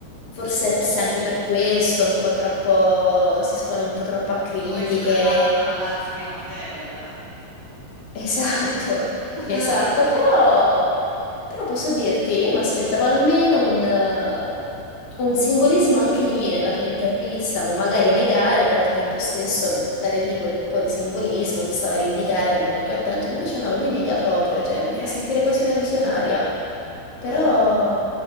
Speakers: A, on the left; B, on the right.
A: forse, forse anche per questo un po' troppo, si espone un po' troppo a critiche.
B: questo ed altro all'Azbin Hotel.
A: Esatto,
B: <laughs>
A: esatto, però, però posso dirti, io mi aspettavo almeno un, eh, un simbolismo anche lì nella sua intervista, o magari negare, però al tempo stesso buttare lì quel po' di simbolismo che stava ad indicare ad un occhio attento, invece no, lui nega proprio, cioè mi
B: Niente.
A: fa sentire quasi una visionaria, però
B: Mm,